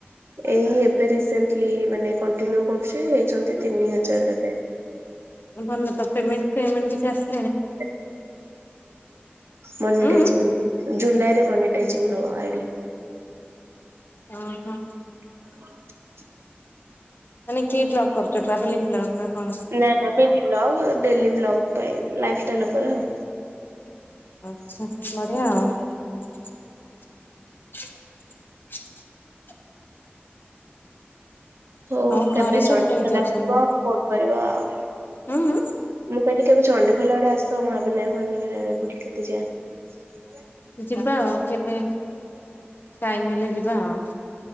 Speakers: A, on the right (about 85°); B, on the left (about 55°).
A: ଏଇ ଏବେ ରିସେଣ୍ଟ କି ମାନେ କନଟିନିଉ କରୁଛି <unintelligible> ଛନ୍ତି ତିନି ହଜାର କେତେ
B: ଭଲ ତ ପେମେଣ୍ଟ ପେମେଣ୍ଟ କିଛି ଆସି
A: <unintelligible> ମନିଟାଇଜିଂଗ
B: ହୁଁ
A: ହେଇକି ଜୁଲାଇ ରେ ମନିଟାଇଜିଂ ହବ ଆଇଡି
B: ହ ହୋ
A: <inaudible>
B: ମାନେ କି ବ୍ଲଗ କରୁଛ ଟ୍ରାଭେଲିଂ ବ୍ଲଗ ନା କଣ?
A: ନାନା ମିନି ବ୍ଲଗ୍ ଡେଲି ବ୍ଲଗ୍ ପାଇଁ ଲାଇଫ ଷ୍ଟାଇଲ ଉପରେ ଆଉ
B: ଆଚ୍ଛା <inaudible>
A: ହଉ
B: ଆଉ
A: କେବେ
B: ଘରେ ସବୁ
A: ଚଣ୍ଡି
B: କେମିତି
A: ଖୋଲ
B: ଅଛନ୍ତି?
A: ଆସିବ ଫୋନ କରିବ ଆଉ
B: ହୁଁ ହୁଁ
A: ମୁଁ କହିଲି କେବେ ଚଣ୍ଡି ଖୋଲା ଆଡେ ଆସ ସମୟ ବି ନାଇଁ <unintelligible> ବୁଲି କେତେ ଯିବା
B: ଯିବା ଆଉ କେବେ ଟାଇମ ହେଲେ ଯିବା ଆଉ।